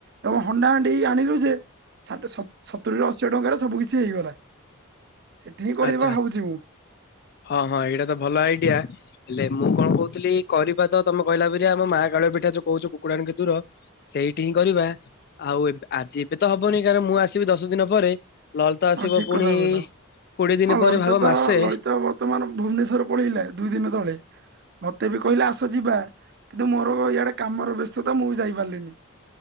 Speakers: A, on the right (about 50°); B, on the left (about 45°).
A: ଏବଂ ହଣ୍ଡା ହାଣ୍ଡି ଏଇ ଆଣିଲୁ ଯେ <unintelligible> ସତୁରିରୁ ଅଶି ଟଙ୍କାରେ ସବୁ କିିଛି ହେଇଗଲା। ସେଠି ହିଁ କରିବା
B: ଆଚ୍ଛା।
A: ଭାବୁଛି ମୁଁ।
B: ହଁ ହଁ ଏଇଟା ତ ଭଲ ଆଇଡିଆ। ହେଲେ ମୁଁ କଣ କହୁଥିଲି କରିବା ତ ତମେ କହିଲା ପରିକା ଆମ ମା କାଳୁଆଙ୍କ ପିଠ ଯୋଉ କହୁଛ କୁକୁଡ଼ାଣି କେତେ ଦୂର ସେଇଠି ହିଁ କରିବା ଆଉ ଏବେ ଆଜି ଏବେ ତ ହବନି କାରଣ ମୁଁ ଆସିବି ଦଶ ଦିନ ପରେ ଲଳିତ
A: ହଁ
B: ଆସିବ
A: ଠିକ
B: ପୁଣି
A: କଥା କହିଲ
B: କୋଡିଏ ଦିନ
A: ହଁ
B: ପରେ
A: ଲଳିତ
B: ଭାବ
A: ତ
B: ମାସେ
A: ଲଳିତ ବର୍ତ୍ତମାନ ଭୁବନେଶ୍ଵର ପଳେଇଲା ଦୁଇ ଦିନ ତଳେ ମତେ ବି କହିଲେ ଆସ ଯିବା କିନ୍ତୁ ମୋର ଇଆଡେ କାମର ବ୍ୟସ୍ତତା ମୁଁ ବି ଯାଇପାରିଲିନି।